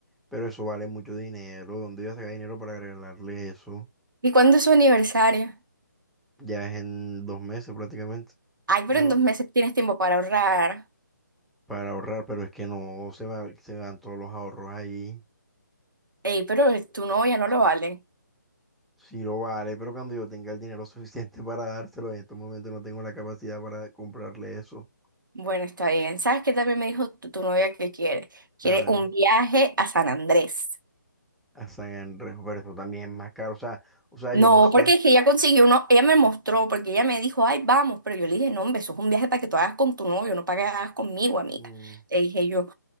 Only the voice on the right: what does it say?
¿Y cuándo es su aniversario?
Ay,
pero en dos meses tienes tiempo para ahorrar.
Ey, pero tu novia no lo vale.
Bueno, está bien. ¿Sabes qué también me dijo tu, tu novia que quiere? Quiere
un viaje a San Andrés.
No,
porque es que ella consiguió uno, ella me mostró, porque ella me dijo, ay, vamos, pero yo le dije, no, hombre, eso es un viaje para que tú hagas con tu novio, no para que hagas conmigo, amiga,
le dije yo.